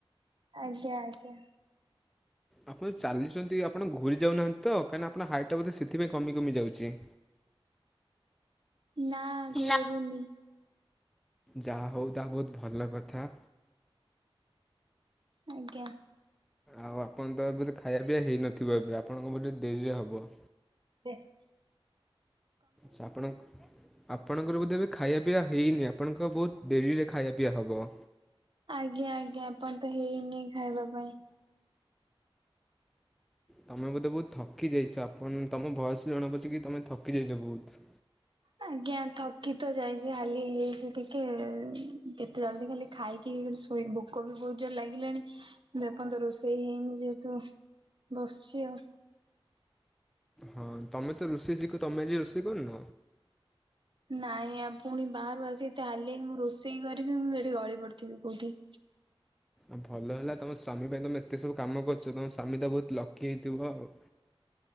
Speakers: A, on the right; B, in the centre.
A: ଆଜ୍ଞା ଆଜ୍ଞା।
B: ଆପଣ ଚାଲୁଛନ୍ତି ଆପଣ ଘୁରି ଯାଉନାହାନ୍ତି ତ କାହିଁକିନା ଆପଣ ହାଇଟ ଟା ବୋଧେ ସେଥିପାଇଁ କମି କମି ଯାଉଛି।
A: ନା ଘୁରୁନି।
B: ନା। ଯାହା ହଉ ତାହା ବହୁତ ଭଲ କଥା।
A: ଆଜ୍ଞା।
B: ଆଉ ଆପଣ ତ ଏବେ ଖାଇବା ପିଇବା ହେଇନଥିବ ଏବେ ଆପଣଙ୍କ ବୋଧେ ଡେରିରେ ହବ।
A: ୟେସ।
B: ଆଚ୍ଛା ଆପଣଙ୍କ ଆପଣଙ୍କର ବୋଧେ ଏବେ ଖାଇବା ପିଆ ହେଇନି ଆପଣଙ୍କ ବହୁତ ଡେରିରେ ଖାଇବା ପିଆ ହବ।
A: ଆଜ୍ଞା ଆଜ୍ଞା ଏପନ୍ତ ହେଇନି ଖାଇବା ପାଇଁ।
B: ତମେ ବୋଧେ ବହୁତ ଥକି ଯାଇଛ ଆପଣ ତମ ଭଏସ ବି ଜଣା ପଡୁଛି କି ତମେ ଥକି ଯାଇଛ ବହୁତ।
A: ଆଜ୍ଞା ଥକି ତ ଯାଇଛି ହାଲି ହେଇଯାଇଛି ଟିକେ ଯେତେ ଜଲଦି ଖାଲି ଖାଇକି ଶୋଇ ଭୋକ ବି ବହୁତ ଜୋର ଲାଗିଲାଣି ଯେ ପର୍ଯ୍ୟନ୍ତ ରୋଷେଇ ହେଇନି ଯେହେତୁ। ବସିଛି ଆଉ।
B: ହଁ ତମେ ତ ରୋଷେଇ ଶିଖ ତମେ ଆଜି ରୋଷେଇ କରୁନ?
A: ନାଇ ଆଉ ପୁଣି ବାହାରୁ ଆସି ଏତେ ହାଲିଆ ହେଇକି ମୁଁ ରୋଷେଇ କରିବି ମୁଁ ସେଠି ଗଳି ପଡିଥିବି କୋଉଠି।
B: ଆ ଭଲ ହେଲା ତମ ସ୍ଵାମୀ ପାଇଁ ତମେ ଏତେ ସବୁ କାମ କରୁଛ ତମ ସ୍ଵାମୀ ତ ବହୁତ ଲକି ହେଇଥିବ ଆଉ।